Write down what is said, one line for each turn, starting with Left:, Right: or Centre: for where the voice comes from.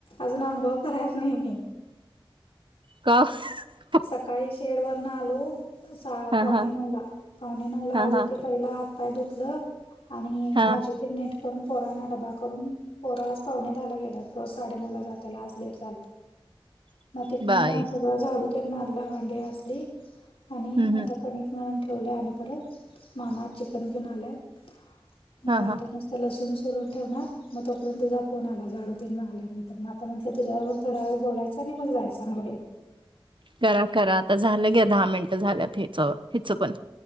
Left: अजून अंगोळ करायला नाही मी.
Right: काफ <unintelligible>
Left: सकाळी शेड वरन आलो, सा
Right: हा
Left: पावणे
Right: हा
Left: नऊ ला पावणे नऊ ला
Right: हा
Left: आलो
Right: हा
Left: ते पहिला हातपाय धुतलं आणि
Right: हा
Left: भाजी ती नीट करून पोरना डबा करून पोरा आज पावणेदहा गेला रोज साडेनऊ ला जाताला आज लेट झाला.
Right: <inaudible>
Left: मग तिथनं
Right: बाय
Left: सगळं झाडू ते मारला, भांडे घासले, आणि
Right: हम्म
Left: आता
Right: हम्म
Left: क म्हणून ठेवल्या आणि परत मामा चिकन घेऊन आल्यात मग
Right: हा
Left: आता
Right: हा
Left: नस तर लसूण सोलून ठेवणार मग तोपर्यंत तझा फोन आला जाडू ततीन मारल्या मी तर मात म्हटलं तुझ्या बब थोड्या वेळ बोलायचं आणि मग जाय सांगवायला
Right: करा करा आता झालं घ्या दहा मिनटं झाल्यात हच हच पण